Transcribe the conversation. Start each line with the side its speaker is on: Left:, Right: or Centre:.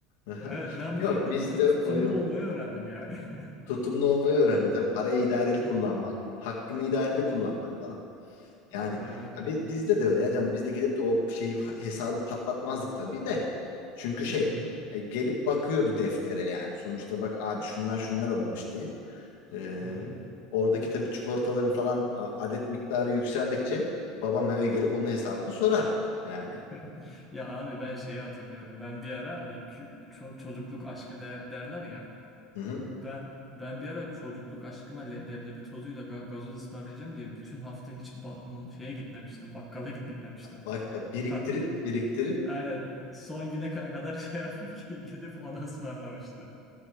Left: Aha.
Centre: Evet ben
Left: Yok
Centre: bu şekilde
Left: bizde
Centre: tu- tutumlu
Left: o yoktu.
Centre: olmayı öğrendim yani. <laughs>
Left: Tutumlu olmayı öğrendim. Tabii parayı idareli
Centre: Hı,
Left: kullanmak, hakkını idareli
Centre: Tabii.
Left: kullanmak falan. Yani
Centre: Aynen öyle.
Left: ya biz, bizde de öyle ya canım. Biz de gidip de o şeyi hesabı patlatmazdık tabii de. Çünkü şey
Centre: Hı hı.
Left: e, gelip bakıyordu deftere yani. Sonuçta bak abi şunlar şunlar alınmış diye. Ee,
Centre: Hı hı.
Left: oradaki tabii çikolataların falan a- adet miktarı yükseldikçe babam eve gelip onun hesabını sorar yani.
Centre: <laughs> Ya abi ben şeyi hatırlıyorum. Ben bir ara hani kü- ço- çocukluk aşkı de- derler ya.
Left: Hı hı.
Centre: Ben ben bir ara çocukluk aşkıma le- leblebi tozuyla ga- gazoz ısmarlayacağım diye bütün hafta hiç ba- şeye gitmemiştim. Bakkala git- gitmemiştim.
Left: Bak biriktirip
Centre: Ta-
Left: biriktirip
Centre: Aynen son güne ka- kadar <laughs> şey yapıp ki gidip onu ısmarlamıştım.